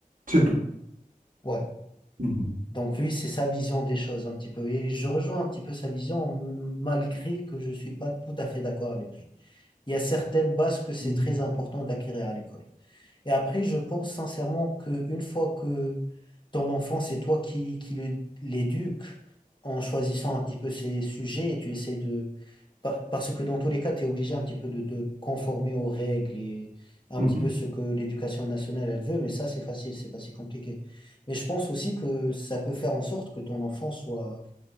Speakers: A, on the right (about 70°); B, on the left (about 35°).
A: C'est tout.
B: Ouais.
A: Mhm,
B: Donc lui, c'est sa vision des choses un petit peu. Et je rejoins un petit peu sa vision, m- malgré que je ne suis pas tout à fait d'accord avec lui. Il y a certaines bases que c'est
A: mhm,
B: très important d'acquérir à l'école. Et après, je pense sincèrement qu'une fois que ton enfant, c'est toi qui, qui le- l'éduques en choisissant un petit peu ses sujets et tu essaies de... par- Parce que dans tous les cas, tu es obligé un petit peu de te conformer aux règles et un
A: mhm,
B: petit
A: mhm,
B: peu ce que l'éducation nationale, elle veut, mais ça, c'est facile, c'est pas si compliqué. Mais je pense aussi que ça peut faire en sorte que ton enfant soit,